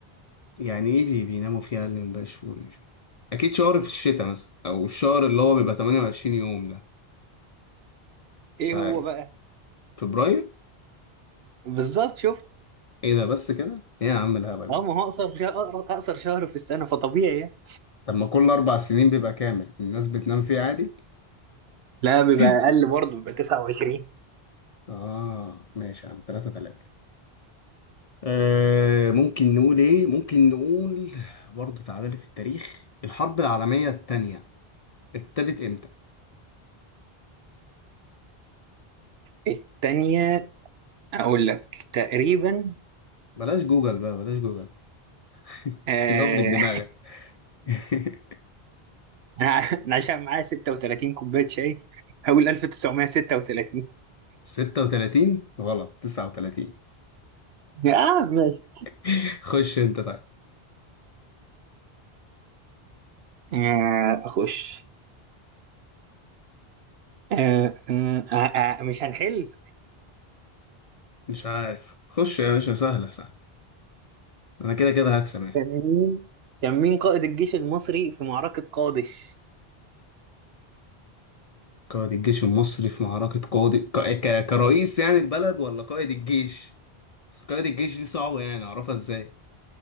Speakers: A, on the left; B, on the right.
A: يعني إيه بي بيناموا فيها أقل من باقي الشهور مش أكيد شهر في الشتاء مثلا أو الشهر اللي هو بيبقى 28 يوم ده مش
B: ايه
A: عارف
B: هو بقى
A: فبراير؟
B: بالظبط شفت
A: إيه ده بس كده؟ إيه يا عم الهبل
B: اه
A: ده؟
B: ما هو اقصر شهر اقصر شهر في السنه فطبيعي يعني
A: طب ما كل أربع سنين بيبقى كامل الناس بتنام فيه عادي؟
B: لا بيبقى
A: <laughs>
B: اقل برضه بيبقى 29
A: آه ماشي يا عم تلاتة تلاتة آه ممكن نقول ايه ممكن نقول برضه تعالى لي في التاريخ الحرب العالمية التانية ابتدت امتى
B: التانية اقول لك تقريبا
A: بلاش جوجل بقى بلاش جوجل <laughs>
B: آه
A: جاوب من دماغك <laughs>
B: <laughs> انا عشان معايا 36 كوبايه شاي هقول 1936
A: 36 غلط 39
B: اه ماشي
A: <laughs> خش انت طيب
B: آه اخش آه آه آه آه مش هنحل
A: مش عارف خش يا باشا سهلة سهلة انا كده كده هكسب يعني
B: كان مين كان مين قائد الجيش المصري في معركه قادش
A: قائد الجيش المصري في معركة قائد ك... ك... كرئيس يعني البلد ولا قائد الجيش بس قائد الجيش دي صعبة يعني اعرفها ازاي